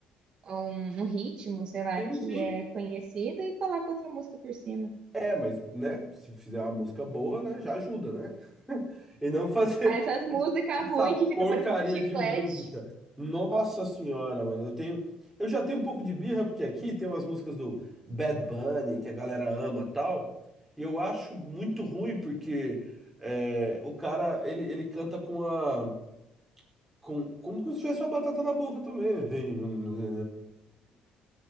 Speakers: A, on the right; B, in the centre.
A: um, um ritmo, sei lá,
B: Sim,
A: que
B: sim.
A: é conhecido e coloca outra música por cima.
B: É, mas, né, se fizer uma música boa, né, já ajuda, né? <laughs> E não fazer
A: Aí Essas músicas
B: Essa
A: ruins que fica
B: porcaria
A: parecendo um chiclete,
B: de música. Nossa senhora, mano. Eu tenho, eu já tenho um pouco de birra porque aqui tem umas músicas do Bad Bunny que a galera ama, tal. E eu acho muito ruim porque é, o cara ele, ele canta com a com como se tivesse uma batata na boca também. <laughs>